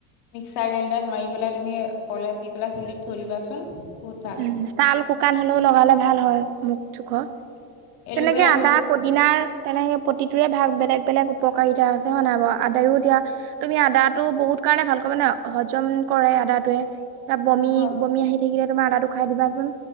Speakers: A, on the left (about 65°); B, on the right (about 85°).
A: মিক্সাৰ গ্ৰাইণ্ডাৰত মাৰি পেলাই তুমি পলেপ দি পেলাই চুলিত থৈ দিবাচোন বহুত ভাল
B: উম ছাল শুকান হলেও লগালে ভাল হয় মূখ চোখ তেনেকে
A: এল'ভেৰা
B: আদা
A: জুচ
B: পদিনাৰ তেনেকে প্ৰতিটোৰে ভাগ বেলেগ বেলেগ উপকাৰীতা আছে হয় নাই বাও আদাৰো এতিয়া তুমি আদাটো বহুত কাৰণে ভালকৈ মানে হজম কৰে আদাটোৱে ত বমি
A: হয়
B: বমি আহি থাকিলে তোমাৰ আদাটো খাই দিবাচোন